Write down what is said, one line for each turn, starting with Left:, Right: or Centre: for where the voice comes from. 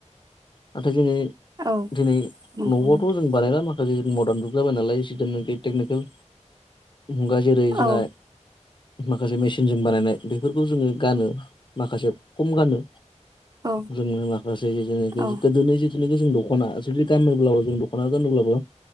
Left: नाथाय जोङो
Right: औ
Left: दिनै
Right: नंगौ
Left: न'आवबोथ'
Right: नोंथां
Left: जों बानायला माखासे मदान जुग जाबाय नालाय जिदनाखि टेकनिकेल मुगा जेरै
Right: औ
Left: जोंहा माखासे मेसिनजों बानायनाय बेफोरखौ जोङो गानो माखासे खम गानो।
Right: औ
Left: जोंनि माखासे जिथुनाकि
Right: औ
Left: गोदोनि जिथुनोखि जों दख'ना जुदि गानोब्लाबो जों दख'ना गानोब्लाबो